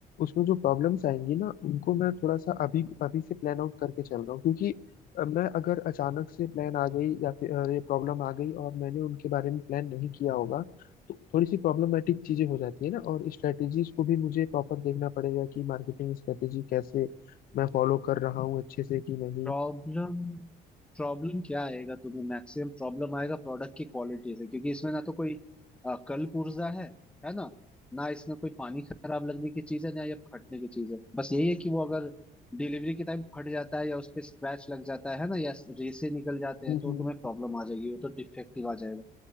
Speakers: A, on the left (about 60°); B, in the centre.
A: उसमें जो प्रॉब्लम्स आएंगी ना उनको मैं थोड़ा सा अभी अभी से प्लान आउट करके चल रहा हूँ क्योंकि अ, मैं अगर अचानक से प्लान आ गई या फिर अ, ये प्रॉब्लम आ गई और मैंने उनके बारे में प्लान नहीं किया होगा तो थोड़ी सी प्रॉब्लमेटिक चीजें हो जाती है ना और स्ट्रेटेजीज को भी मुझे प्रॉपर देखना पड़ेगा कि मार्केटिंग स्ट्रेटेजी कैसे मैं फॉलो कर रहा हूँ अच्छे से कि नहीं
B: प्रॉब्लम प्रॉब्लम क्या आएगा तुम्हें मैक्सिमम प्रॉब्लम आएगा प्रोडक्ट की क्वालिटी से क्योंकि इसमें ना तो कोई अ, कल्प ऊर्जा है है ना ना इसमें कोई पानी खराब लगने की चीज है ना या फटने की चीज है बस यही है कि वो अगर डिलीवरी के टाइम फट जाता है या उस पे स्क्रैच लग जाता है ना या रेसे निकल जाते हैं
A: हम्म
B: तो तुम्हें प्रॉब्लम आ जाएगी वो तो डिफेक्टिव आ जाएगा